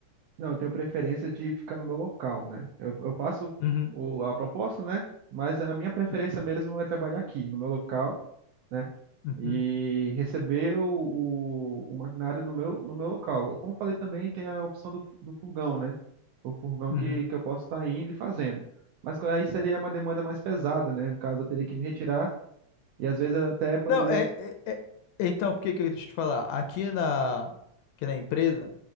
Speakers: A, on the right; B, on the left.
A: Não, eu tenho preferência de ficar no meu local, né? Eu, eu faço
B: Uhum,
A: o, a proposta, né? Mas a minha preferência
B: uhum,
A: mesmo é trabalhar aqui, no meu local né?
B: uhum.
A: E receber o, o, o maquinário no meu, no meu local. Eu, como falei também, tem a opção do, fu- do furgão, né? O furgão
B: uhum.
A: que, que eu posso estar indo e fazendo. Mas aí seria uma demanda mais pesada, né? No caso, eu teria que me retirar e às vezes eu até poderia.
B: Não, é, é- é- Então, por que que eu deixa eu te falar? Aqui na, aqui na empresa,